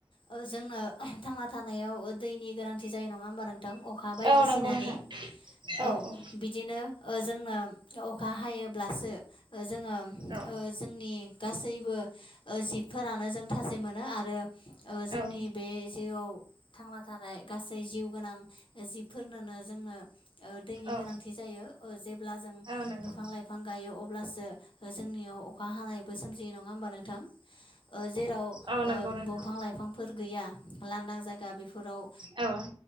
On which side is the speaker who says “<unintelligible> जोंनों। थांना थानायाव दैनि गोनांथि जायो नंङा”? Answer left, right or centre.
Left